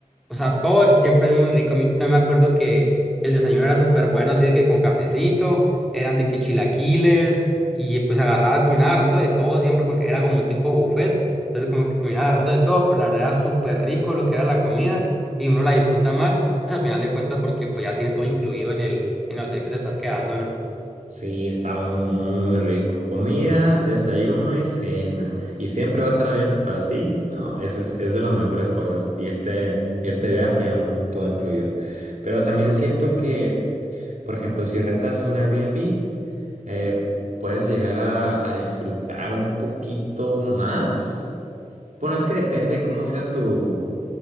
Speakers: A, in the centre; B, on the right.
A: O sea, todo el- siempre es muy rico. A mí también me acuerdo que el desayuno era súper bueno, así de que con cafecito, eran de que chilaquiles, y pues agarraba, terminaba agarrando de todo siempre porque era como un tipo buffet. Entonces como que terminaba agarrando de todo, pero la verdad era súper rico lo que era la comida y uno la disfruta más al final de cuentas porque pues ya tiene todo incluido en el, en el hotel que te estás quedando, ¿no?
B: Sí, está muy, muy rico. Comida, desayuno y cena. Y siempre va a estar abierto para ti. No, eso es, es de las mejores cosas, irte, irte de viaje a un todo incluido. Pero también siento que, por ejemplo, si rentas un Airbnb, eh, puedes llegar a, a disfrutar un poquito más. Bueno, es que depende de cómo sea tu